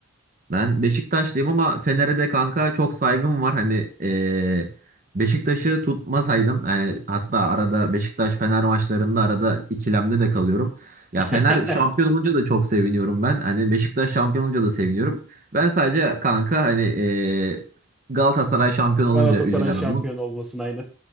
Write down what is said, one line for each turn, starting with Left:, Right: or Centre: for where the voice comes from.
Right: Ben Beşiktaşlıyım ama Fener'e de kanka çok saygım var. Hani eee, Beşiktaş'ı tutmasaydım yani hatta arada Beşiktaş Fener maçlarında arada ikilemde de kalıyorum. Ya
Centre: <laughs>
Right: Fener şampiyon olunca da çok seviniyorum ben. Hani Beşiktaş şampiyon olunca da seviniyorum. Ben sadece kanka hani eee, Galatasaray şampiyon olunca
Centre: Galatasaray
Right: üzülen
Centre: şampiyon
Right: adamım.
Centre: olmasın aynen.